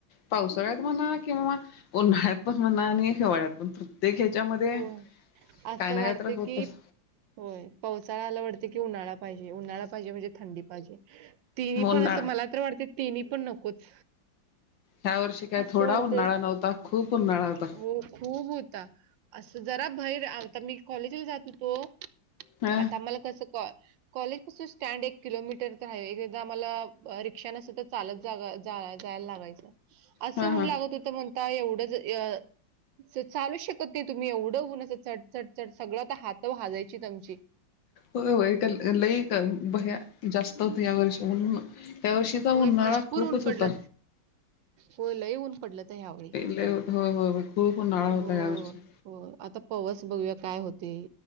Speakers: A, on the left; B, on the right.
A: पावसाळ्यात म्हणा किंवा उन्हाळ्यात पण म्हणणा आणि हीवाळ्यात पण प्रत्येक ह्याच्यामध्ये
B: हो असं
A: काय ना
B: वाटते
A: काय तर होतच.
B: की होय पावसाळा् आला ताडत की उन्हाळा पाहिजे उन्हाळा त जे म्हणजे थंडी पाहिजे ति
A: उन्हाळा
B: पण अस मला तर वाटते तिनी पण नकोच.
A: ह्या वर्षी काय
B: असं
A: थोडा
B: वाटते
A: उन्हाळा नव्हता खूप उन्हाळा होता
B: हो खूप होता. असं जरा भैर आता मी कॉलेजला जात होतो
A: हा
B: आता मला कसं कॉ कॉलेज पासून स्टँड एक किलोमीटर तर आहे एक <unintelligible> आला रिक्षान सुद्धा चालत जग जा जायला लागायचं. असं
A: हा
B: होऊन
A: हा
B: लागत होत म्हणता एवढंच य चालूच शकत. ते तुम्ही एवढं होऊनं चढ चढ चढ सगळं तर हात भाजायची तुम ची.
A: होय होय कन लई कन भया जास्त होत या व र्षा ऊन त्या वर्षीचा
B: होय
A: उन्हाळा
B: भरपूर
A: खूपच
B: ऊन पडलं.
A: होता.
B: होय लई ऊन पडलं तर ह्यावेळी.
A: लय होय हो खूप ऊन्हाळा
B: हो.
A: होता ह्या वर्षी
B: हो आता पवस बघूया काय होते